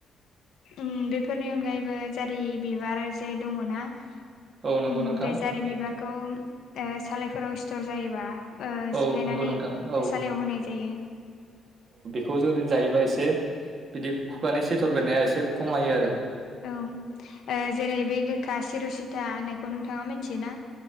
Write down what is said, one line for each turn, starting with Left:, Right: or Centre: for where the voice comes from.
Left: उम बेफोरनि अनगायैबो जारि बिबार जे दङ ना
Right: औ नंगौ
Left: उम
Right: नोंथां
Left: बे जारि बिबारखौ ओ सालायफोराव स्थर जायोबा ओ
Right: औ
Left: सिफ्लेनानै
Right: नंगौ नोंथां औ
Left: सालायाव होनाय जायो
Right: खौ जों जायोबा एसे बिदि खुगानि सेथर बेनाया एसे खमायो आरो
Left: औ जेरै बे गोखा सिर'सिथा होननायखौ नोंथाङा मिथियोना